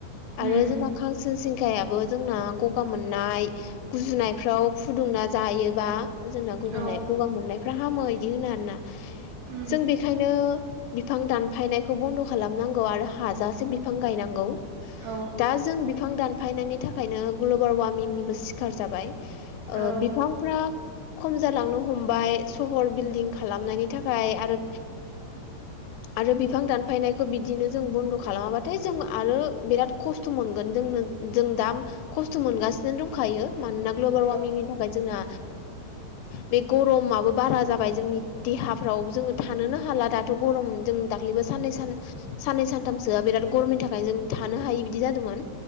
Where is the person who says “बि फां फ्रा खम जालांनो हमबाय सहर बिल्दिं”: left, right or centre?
Left